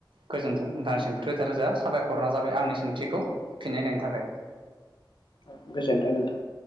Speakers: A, on the right; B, on the left.
A: गोजोन्थों नथांसिम रोजा रोजा साबायखरना जाबाय आंनि सोंथिखौ फिननाय होनायनि थाखाय‌ ।
B: औ गोजोन्थों नोंथां।